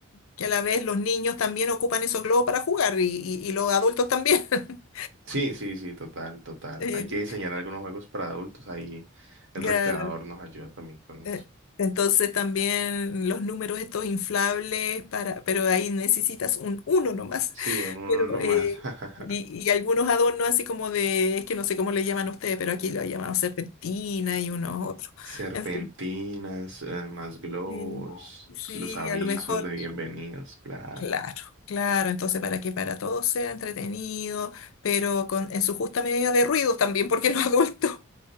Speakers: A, on the left; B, on the right.
A: que a la vez los niños también ocupan esos globos para jugar y, y- y los adultos también. <laughs>
B: Sí, sí, sí, total, total.
A: Eh,
B: Hay que diseñar algunos juegos para adultos. Ahí el
A: Claro.
B: recreador nos ayuda también con eso.
A: eh, Entonces también los números estos inflables para, pero ahí necesitas un uno nomás.
B: Sí,
A: <laughs>
B: uno, uno
A: Pero
B: no
A: eh,
B: más. <laughs>
A: y, y algunos adornos así como de, es que no sé cómo le llaman a ustedes, pero aquí lo llamamos serpentina y unos otros.
B: Serpentinas,
A: En fin.
B: eh, más globos,
A: Sí, sí,
B: los avisos
A: a lo mejor.
B: de bienvenidos, claro.
A: Claro, claro, entonces para que para todos sea entretenido, pero con, en su justa medida de ruido también, porque los adultos